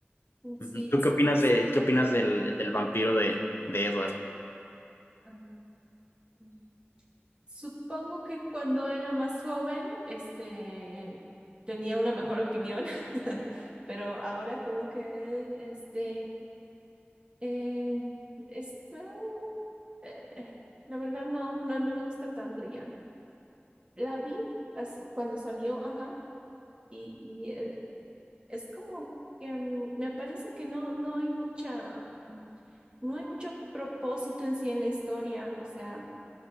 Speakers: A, on the right; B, on the left.
A: Ujú,
B: Ujú.
A: Sí, es
B: ¿Tú qué
A: cierto.
B: opinas de, qué opinas del, del vampiro de, de Edward?
A: Ah, sí. Supongo que cuando era más joven, este, tenía una mejor opinión, <laughs> pero ahora como que, este, eh, está, eh, la verdad no, no, no me gusta tanto ya. La vi hace- cuando salió, ajá, y, y, eh, es como que mm, me parece que no, no hay mucha, no hay mucho propósito en sí en la historia, o sea,